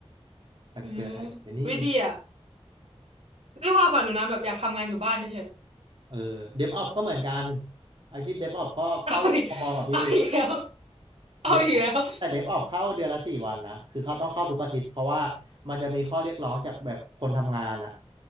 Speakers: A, on the right; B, on the right.
A: <laughs>
B: อาจจะเกิดไฮบริดไปนิดนึง
A: อืมวิธีอ่ะนี่ความฝันหนูนะแบบอยากทำงานอยู่บ้านเฉย
B: เออเดฟออก็เหมือนกันอาชีพเดฟออปก็เข้าพบกับพี่
A: ๆ <laughs> เอาอีกเอาอีกแล้วเอาอีกแล้ว
B: เดฟแต่เดฟออกเข้าเดือนละสี่วันนะคือเขาต้องเข้าทุกอาทิตย์เพราะว่ามันจะมีข้อเรียกร้องจากแบบคนทำงานอะ